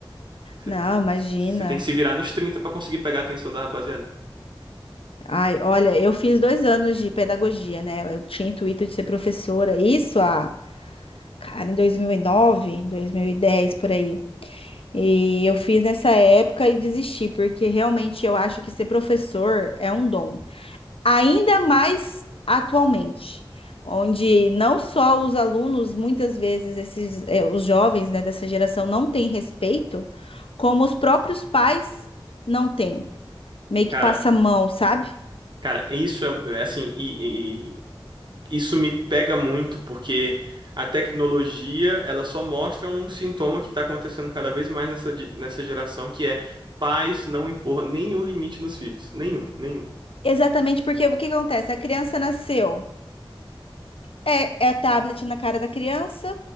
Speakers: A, on the right; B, on the left.
A: Você
B: Não, imagina.
A: você tem que se virar nos 30 pra conseguir pegar a atenção da rapaziada.
B: Ai, olha, eu fiz dois anos de pedagogia, né? Eu tinha intuito de ser professora. Isso há, cara, em dois dois mil mil e nove, dois mil e dez, por aí. E eu fiz nessa época e desisti, porque realmente eu acho que ser professor é um dom. ainda mais atualmente, onde não só os alunos, muitas vezes esses, eh, os jovens, né, dessa geração não têm respeito, como os próprios pais não têm. Meio que
A: Cara,
B: passa a mão, sabe?
A: cara, isso é, é assim, e, isso me pega muito, porque a tecnologia, ela só mostra um sintoma que está acontecendo cada vez mais nessa, di- nessa geração, que é pais não impor nenhum limite nos filhos. Nenhum, nenhum.
B: Exatamente porque o que que acontece? A criança nasceu, é, é tablet na cara da criança.